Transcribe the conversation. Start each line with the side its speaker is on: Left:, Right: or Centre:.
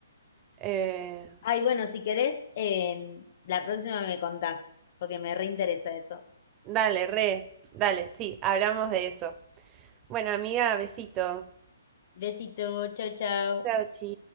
Right: Eh,
Left: Ay, bueno, si querés, em, la próxima me contás, porque me reinteresa eso.
Right: Dale, re, dale, sí, hablamos de eso. Bueno, amiga, besito.
Left: Besito, chao, chao.
Right: Chao, chi.